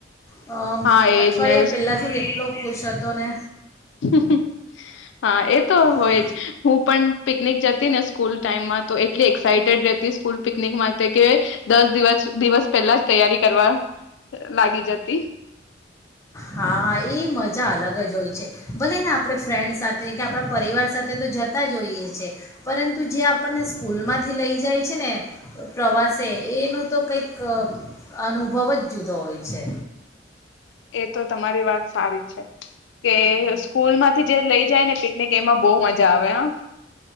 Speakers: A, on the left; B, on the left.
A: અહ
B: હા એજ
A: અઠવાડિયા
B: ને
A: પહેલાંથી જ એટલો ખુશ હત તોને
B: હ <unintelligible> હા, એતો હોયજ,
A: અમ,
B: હું પણ પિકનિક જતી ને સ્કૂલ ટાઈમમાં તો એટલી એક્સાઇટેડ રહેતી સ્કૂલ પિકનિક માટે કે દસ દિવસ, દિવસ પહેલાજ તૈયારી કરવા લાગી જતી.
A: હા હા એ મજા અલગ જ હોય છે ભલે ને આપડે ફ્રેન્ડ સાથે કે આપડા પરિવાર સાથે તો જતા જોઈએ છે પરંતુ ત જે આપણને સ્કૂલ માંથી લઈ જાય છે ને પ્રવાસે એનો તો કંઈક અનુભવ જ જુદો હોય છે.
B: એ તો તમારી વાત સારી છે, કે સ્કૂલ માંથી જે લઈ જાય ને પિકનિક એમાં બોવ મજા આવે હા